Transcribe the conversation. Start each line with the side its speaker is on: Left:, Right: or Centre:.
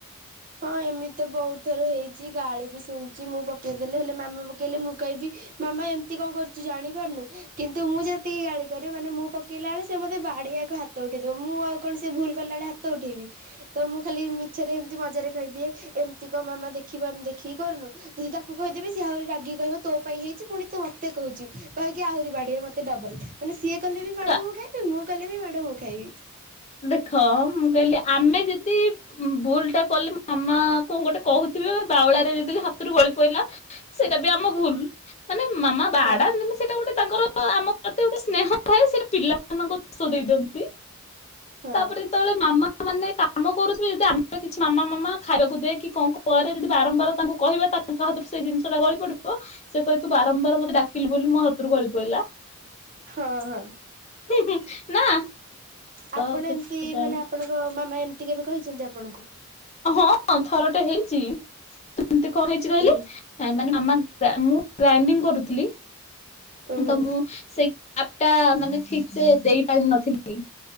Right: ହଁ ଏମିତି ତ ବହୁତ ଥର ହେଇଛି ଗାଳି ବି ଶୁଣିୁଛି ମୁଁ ପକେଇଦେଲେ ହେଲେ ମାମା ପକେଇଲେ ମୁଁ କଇବି ମାମା ଏମିତି କଣ କରୁଛୁ ଜାଣି ପାରୁନୁ। କିନ୍ତୁ ମୁଁ ଯେତିକି ଗାଳି କରେ ମାନେ ମୁଁ ପକେଇଲା ବେଳେ ସେ ମୋତେ ବାଡିଆକୁ ହାତ ଉଠେଇଦବ। ମୁଁ ଆଉ କଣ ସେ ଭୁଲ କଲାଳ ହାତ ହାତ ଉଠେଇବି ତ ମୁଁ ଖାଲି ମିଛରେ ଏମିତି ମଜାରେ କହିଦିଏ ଏମିତି କଣ ମାମା ଦେଖିପାରୁନୁ ଦେଖିକି କରୁନୁ ମୁଁ ତାକୁ କହିଦେବି ସିଏ ଆହୁରି ରାଗିକି କହିବ ତୋ ପାଇଁ ହେଇଛି ପୁଣି ତୁ ମତେ ମତେ କହୁଛୁ କହିକି ଆହୁରି ବାଡିବ ମୋତେ ଡବଲ ମାନେ ସିଏ କଲେ ବି ମାଡ
Left: କା
Right: ମୁଁ ଖାଇବି। ମୁଁ କଲେ ବିି ମାଡ଼ ମୁଁ ଖାଇବି।
Left: ଦେଖ ମୁଁ କହିଲି ଆମେ ଯଦି ଭୁଲ ଟା କଲି ମାମା କଣ ଗୋଟେ କହୁଥିବେ ବାଉଳାରେ ଯଦି ହାତରୁ ଗଳି ପଡିଲା ସେଇଟା ବି ଆମ ଭୁଲ। ମାନେ ମାମା ବାଡାନ୍ତିନି
Right: ହଁ
Left: ସେଇଟା ଗୋଟେ ତାଙ୍କର ଆମ ପ୍ରତି ଗୋଟେ ସ୍ନେହ ଥାଏ ସେ ପିଲା ମାନଙ୍କ ଦୋଷ ଦେଇ ଦିଅନ୍ତି।
Right: ହଁ
Left: ତାପରେ ଯେତେବେଳେ ମାମା ମାନେ କାମ କରୁଛନ୍ତି ଯଦି ଆମେ କିଛି ମାମା ମାମା ଖାଇବାକୁ ଦେ କି କଣ କରେ ଯଦି ବାରମ୍ବାର ତାଙ୍କୁ କହିବା ତାଙ୍କ ହାତରୁ ସେଇ ଜିନିଷ ଟା ଗଳି ପଡିବ ସେ କହିବେ ତୁ ବାରମ୍ବାର ମତେ ଡାକିଲୁ ବୋଲି ମୋ ହାତରୁ ଗଳି ପଡିଲା।
Right: ହଁ ହଁ।
Left: ହୁଁ- ହୁଁ- ନା। ତ
Right: ଆପଣ
Left: ସେଥିପାଇଁ
Right: ଏମିତି ମାନେ ଆପଣଙ୍କ ମାମା ଏମିତି କେବେ କହିଚନ୍ତି ଆପଣଙ୍କୁ?
Left: ହଁ ଥରଟେ ହେଇଚି ଏମିତି କଣ ହେଇଚି କହିଲେ
Right: ଓ
Left: ମାନେ ମାମା ମୁଁ ଗ୍ରାଇଣ୍ଡିଂ କରୁଥିଲି
Right: ଓହୋ
Left: ତ ମୁଁ ସେଇ କପ୍ ଟା ମାନେ ଠିକ୍ ସେ ଦେଇ ପାରିନଥିଲି